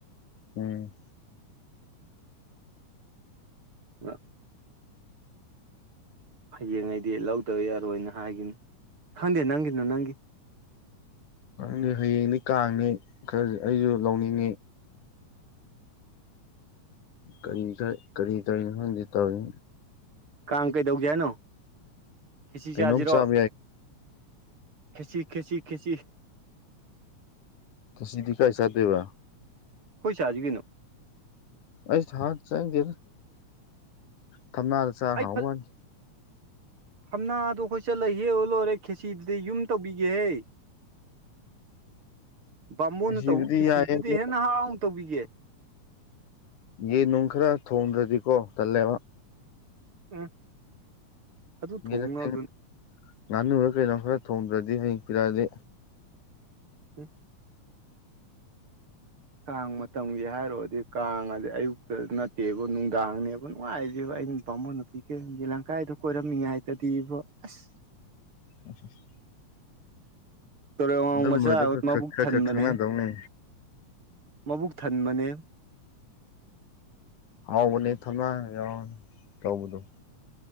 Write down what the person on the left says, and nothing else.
ꯎꯝ
ꯪ ꯍꯌꯦꯡꯅꯤ ꯀꯥꯡꯅꯤ ꯈꯔ ꯑꯩꯁꯨ ꯂꯧꯅꯤꯡꯉꯤ ꯀꯔꯤ ꯀ ꯀꯔꯤ ꯀꯔꯤꯅꯣ ꯈꯪꯗꯦ ꯇꯧꯔꯤ
ꯀꯩꯅꯣꯝ
ꯆꯥꯕ ꯌꯥꯏ
ꯇ ꯁꯤꯗꯤ ꯀꯥꯏ ꯁꯥꯗꯦꯕ
ꯑꯩꯁ ꯍꯥꯟ ꯆꯪꯒꯦ ꯊꯝꯅꯥꯗ ꯆꯥꯔ
ꯍꯥꯎꯕꯅꯤ
ꯉꯁꯤꯕꯨꯗꯤ
ꯌꯥꯏꯌꯦ
ꯌꯦꯟ ꯅꯨꯡ ꯈꯔ ꯊꯣꯡꯗ꯭ꯔꯗꯤꯀꯣ ꯇꯜꯂꯦꯕ
ꯌꯦ ꯅꯠꯇꯦ ꯉꯥꯅꯨꯨꯔꯒ ꯀꯩꯅꯣ ꯈꯔ ꯊꯣꯡꯗ꯭ꯔꯗꯤ ꯍꯌꯦꯡ ꯄꯤꯔꯛꯑꯗꯤ
ꯑꯣꯐꯁ
ꯑꯗꯨꯝꯕꯗꯣ
ꯈꯔ
ꯈꯔ ꯈꯔ
ꯈꯔ ꯈꯪꯅꯗꯧꯅꯦ
ꯍꯥꯎꯕꯅꯤ ꯊꯝꯅꯥ ꯌꯥ ꯇꯧꯕꯗꯣ